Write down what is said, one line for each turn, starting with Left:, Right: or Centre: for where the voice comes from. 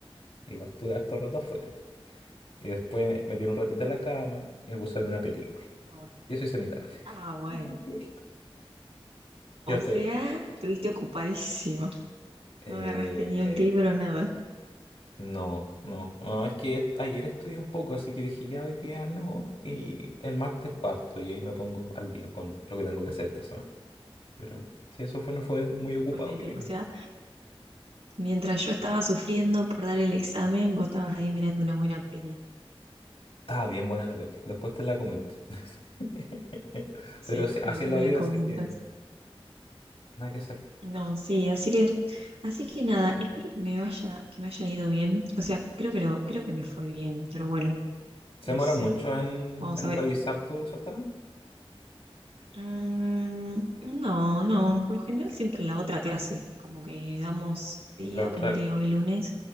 Left: Igual estuve harto rato afuera. Y después me metí un ratito
Right: Ujú.
Left: a la cama y me puse a ver una película.
Right: Ah, bueno.
Left: Yo soy semitarde.
Right: Ah, bueno.
Left: <laughs>
Right: O
Left: Yo estoy
Right: sea,
Left: acá.
Right: estuviste ocupadísimo.
Left: Eh,
Right: No agarraste ni un libro, nada.
Left: no, no, no, es que ayer estudié un poco, así que dije ya hoy día no, y el martes parto y ahí me pongo al día con lo que tengo que hacer esta semana. Pero si eso fue, no fue muy ocupado,
Right: Ponele.
Left: que digo.
Right: O sea, Mientras yo estaba sufriendo por dar el examen, vos estabas ahí mirando una buena peli.
Left: Estaba bien buena la peli, después te la comento. <laughs>
Right: Sí,
Left: Pero así así
Right: después
Left: es la
Right: me
Left: vida,
Right: la comentas.
Left: así que nada que hacer.
Right: No, sí, así que, así que nada, espero que me vaya, que me haya ido bien. O sea, creo que lo, creo que me fue bien, pero bueno,
Left: Se
Right: no
Left: demora
Right: sé.
Left: mucho en,
Right: Vamos
Left: en
Right: a ver.
Left: revisar tu certamen.
Right: Mm, no, no, por lo general siempre la otra clase, es como que damos
Left: Y
Right: día,
Left: la otra,
Right: ponele hoy lunes